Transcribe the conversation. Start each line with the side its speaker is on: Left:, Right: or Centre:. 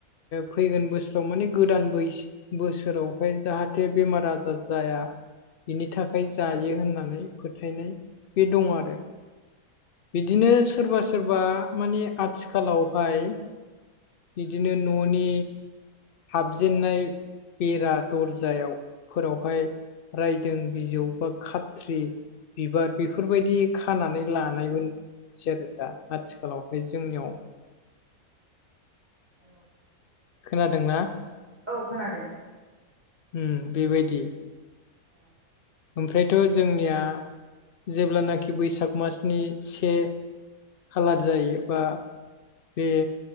Left: फैगोन बोसोराव माने गोदान बैस बोसोरावहाय जाहाथे बेमार आजार जाया। बिनि थाखाय जायो होननानै फोथायनाय बे दं आरो। बिदिनो सोरबा सोरबा मानि आथिखालावहाय बिदिनो न'नि हाबजेननाय बेरा दरजायाव फोरावहाय रायदों बिजौ बा खात्रि बिबार बेफोरबायदि खानानै लानायमोन। सेरोथा आथिखालावहाय जोंनियाव
Right: औ।
Left: खोनादोंना?
Right: औ खोनादों।
Left: उम बेबायदि।
Right: औ
Left: ओमफ्रायथ' जोंनिया जेब्लानाखि बैसाग मासनि से खाालार जायो बा बे